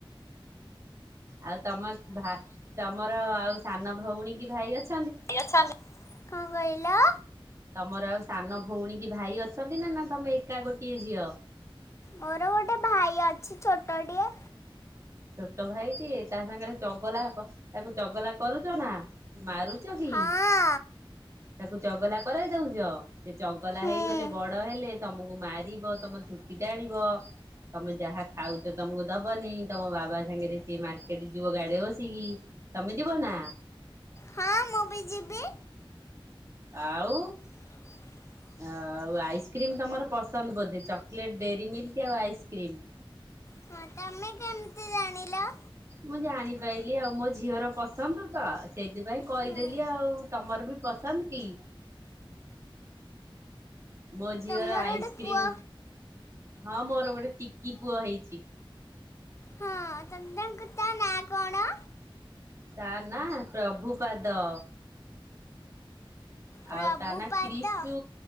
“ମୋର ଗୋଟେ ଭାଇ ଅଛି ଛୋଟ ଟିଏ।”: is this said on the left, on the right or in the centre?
Left